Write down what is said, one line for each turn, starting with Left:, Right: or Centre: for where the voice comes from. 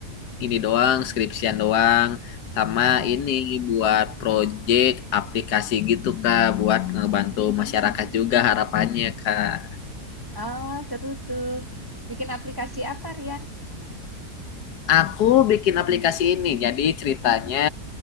Left: ini doang, skripsian doang. Sama
Right: Ah,
Left: ini buat project aplikasi gitu kak, buat ngebantu masyarakat juga harapannya kak.
Right: oh, seru tuh. Bikin aplikasi apa Rian?
Left: Aku bikin aplikasi ini. Jadi ceritanya